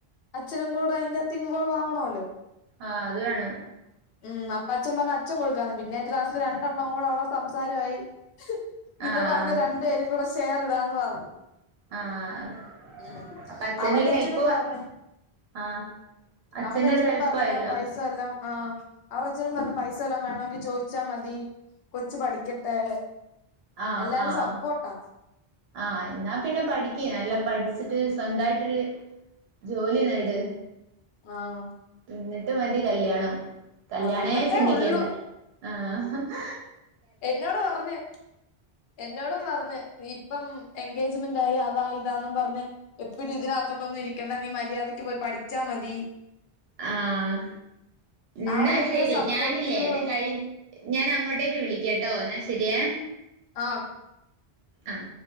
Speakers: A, on the left; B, on the right.
A: അച്ഛനും കൂടെ അയ്ൻ്റൊത്ത് ഇൻവോൾവ് ആവണോല്ലോ
B: ആഹ് അത് വേണം
A: ഉം അപ്പ അച്ഛൻ പറഞ്ഞു അച്ഛൻ കൊടുക്കാന്ന് പിന്നെ ഏറ്റം ലാസ്റ്റ് രണ്ടെണ്ണംവും കൂടെ അവിടെ സംസാരായി പിന്നെ
B: ആഹ്
A: പറഞ്ഞ് രണ്ടേരും കൂടെ ഷെയർ ഇടാന്ന് പറഞ്ഞു
B: ആഹ്
A: ഉ
B: അപ്പൊ അച്ഛനൊരു
A: അവന്റെ അച്ഛനും
B: ഹെൽപ്പ്
A: പറഞ്ഞ്
B: ആഹ് അച്ഛനൊരു
A: അവന്റെ അച്ഛനും
B: ഹെൽപ്പായല്ലോ
A: പറഞ്ഞ് ആ പൈസയെല്ലാം ആഹ് അവർ അച്ഛനും പറഞ്ഞ പൈസ എല്ലാം വേണമെങ്കി ചോയിച്ചാ മതി കൊച്ചു പഠിക്കട്ടെ
B: ആഹ്
A: എല്ലാരും
B: ആഹ്
A: സപ്പോർട്ടാ
B: ആഹ് എന്നാ പിന്നെ പഠിക്ക്. നല്ല പഠിച്ചിട്ട് സ്വന്തായിട്ടെരു ജോലി നേട്
A: ആഹ്
B: എന്നിട്ട് മതി കല്യാണം കല്യാണേ
A: ആഹ് എന്നിട്ടേ
B: ചിന്തിക്കണ്ട
A: ഉള്ളൂ
B: ആഹ ഹ്
A: എന്നോട് പറഞ്ഞ് എന്നോടും പറഞ്ഞ് ഇപ്പം എൻഗേജ്മെന്റ് ആയി അതാ ഇതാന്നും പർഞ്ഞ് എപ്പഴും ഇതിനകത്തോട്ടൊന്നും ഇരിക്കണ്ട നീ മര്യാദക്ക് പോയി പഠിച്ചാ മതി
B: ആഹ് ന്നാ
A: ആള് ഭയങ്കര
B: ശരി
A: സപ്പോർട്ടീവാ
B: ഞാനില്ലേ ത് കഴി ഞാൻ അങ്ങോട്ടേക്ക് വിളിക്കട്ടോ എന്നാ ശരിയേ
A: ആഹ
B: ആഹ്